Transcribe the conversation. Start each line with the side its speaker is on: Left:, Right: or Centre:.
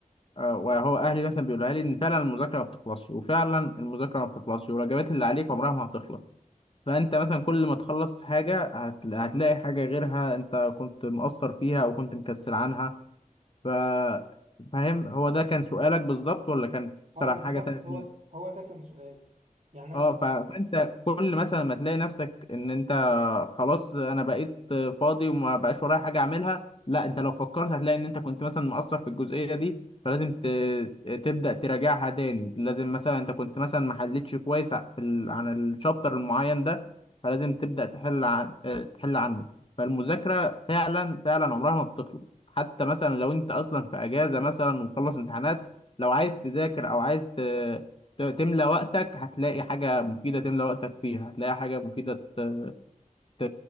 Left: آه، وهو اهلي مثلا بيقولها لي ان فعلا المذاكره ما بتخلصش وفعلا المذاكره ما بتخلصش والواجبات اللي عليك عمرها ما هتخلص فانت مثلا كل ما تخلص حاجه هت- هتلاقي حاجه غيرها انت كنت مقصر فيها او كنت مكسل عنها ف فاهم هو ده كان سؤالك بالظبط ولا كان سرح
Right: اه بالظبط
Left: حاجة تانية؟
Right: هو هو ده كان سؤال يعني انا
Left: اه ف- فانت كل مثلا ما تلاقي نفسك ان انت خلاص انا بقيت فاضي وما بقاش ورايا حاجه اعملها لا انت لو فكرت هتلاقي ان انت كنت مثلا مقصر في الجزئيه دي فلازم ت... تبدا تراجعها تاني لازم مثلا انت كنت مثلا ما حلتش كويس ع- في ال... عن الشابتر المعين ده فلازم تبدا تحل عن... آه، تحل عنه فالمذاكره فعلا فعلا عمرها ما بتخلص حتى مثلا لو انت اصلا في اجازه مثلا ومخلص امتحانات لو عايز تذاكر او عايز ت... ت- تملى وقتك هتلاقي حاجة مفيدة تملى وقتك فيها هتلاقي حاجة مفيدة ت... ت...